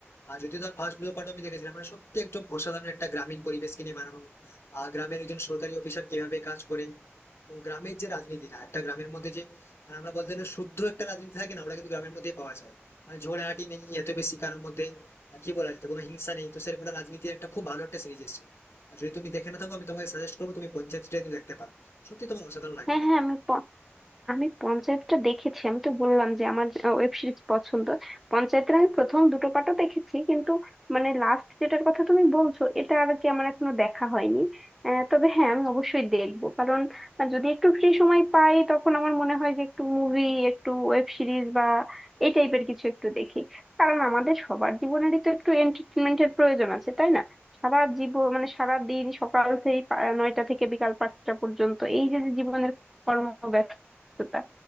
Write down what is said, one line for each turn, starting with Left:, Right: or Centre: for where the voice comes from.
Left: আর যদিও তার ফার্স্ট দুটো পার্ট আমি দেখেছিলাম মানে সত্যি একদম অসাধারণ একটা গ্রামীণ পরিবেশকে নিয়ে বানানো আর গ্রামের একজন সরকারি অফিসার কিভাবে কাজ করে এবং গ্রামের যে রাজনীতিটা একটা গ্রামের মধ্যে যে মানে আমরা বলতে গেলে শুদ্ধ একটা রাজনীতি থাকে না ওটা কিন্তু গ্রামের মধ্যেই পাওয়া যায় মানে ঝগড়াঝাটি নেই এত বেশি কারোর মধ্যে আহ, কি বলা যেত কোনো হিংসা নেই তো সেরকম একটা রাজনীতির একটা খুব ভালো একটা সিরিজ এসেছে আর যদি তুমি দেখে না থাকো আমি তোমাকে সাজেস্ট করবো তুমি পঞ্চায়েত ডে দেখতে পারো সত্যি তোমার অসাধারণ লাগবে
Centre: হ্যাঁ হ্যাঁ আমি আমি পঞ্চায়েতটা দেখেছি আমি তো বললাম যে আমার ওয়েব সিরিজ পছন্দ পঞ্চায়েতের আমি প্রথম দুটো পার্টও দেখেছি কিন্তু মানে লাস্ট যেটার কথা তুমি বলছো এটা আর কি আমার এখনো দেখা হয়নি আহ, তবে হ্যাঁ আমি অবশ্যই দেখবো কারণ আহ, যদি একটু ফ্রি সময় পাই তখন আমার মনে হয় যে একটু মুভি একটু ওয়েব সিরিজ বা এই টাইপের কিছু একটু দেখি কারণ আমাদের সবার জীবনেরই তো একটু এন্টারটেনমেন্টের প্রয়োজন আছে তাই না সারা জীবন মানে সারা দিন সকাল থেকে পা- নয়টা থেকে বিকাল পাঁচটা পর্যন্ত এই যে যে জীবনের কর্ম ব্যস্ততা